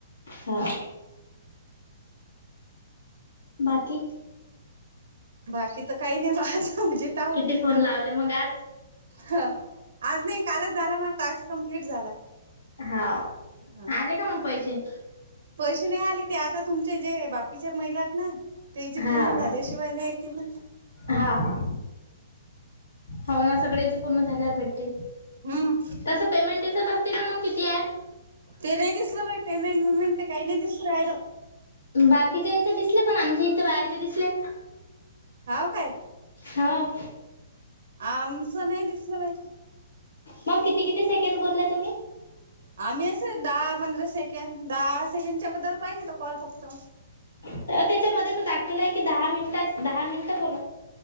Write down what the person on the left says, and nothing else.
हा बाकी
किती
फोन लावले मग आज
हां,
आले का मग पैसे?
हा
हा
हा हा हो ना सगळयाच पूर्ण झाल्यावर भेटतील.
तसं पेमेंट दिसत असतील ना मग किती आहे?
बाकीच्यांचे दिसले. पण आमच्या ईथे बायाचे दिसले.
हाव
मग, किती किती सेकंद बोलला तुम्ही?
अं, त्याच्यामध्ये दाखवला आहे दहा मिनिटेच, दहा मिनिट बोला.